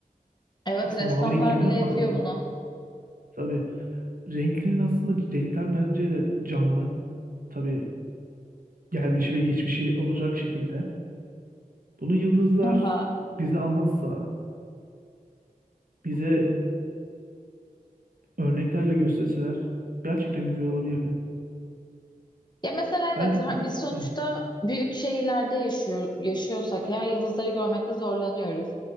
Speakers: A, on the left; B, on the right.
A: Evet,
B: Aslında
A: ressamlar
B: mavi renk gelmez
A: bile yapıyor
B: mi akıllarına?
A: bunu.
B: Tabii renklerin aslında renkler bence de canlı. Tabii gelmişi ve geçmişi olacak şekilde. Bunu yıldızlar
A: Haha.
B: bize anlatsa, bize örneklerle gösterseler gerçekten güzel olabilirdi.
A: Ya mesela evet
B: Ben
A: ha- biz sonuçta
B: Hı.
A: büyük şehirlerde yaşıyor, yaşıyorsak eğer yıldızları görmekte zorlanıyoruz.